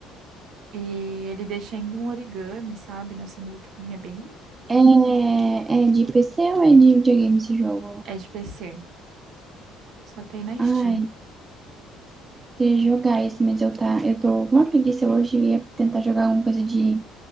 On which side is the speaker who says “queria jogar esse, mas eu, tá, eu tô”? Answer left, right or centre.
Right